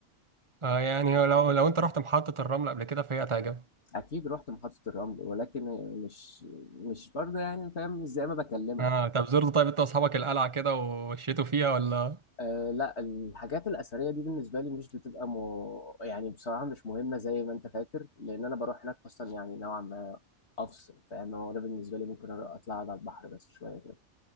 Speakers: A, on the right; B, on the left.
A: اه يعني لو لو انت رحت محطه الرمل قبل كده فهي هتعجبك
B: اكيد رحت محطة الرمل ولكن مش مش برضه يعني فاهم مش زي ما بكلمك
A: اه طب زرت طيب انت واصحابك القلعه كده ومشيتوا فيها ولا
B: أه لا الحاجات الأثرية دي بالنسبة لي مش بتبقى مو... يعني بصراحة مش مهمة زي ما أنت فاكر لأن أنا بروح هناك أصلا يعني نوعا ما أفصل فاهم هو ده بالنسبة لي ممكن أروح أطلع أقعد على البحر بس شوية كده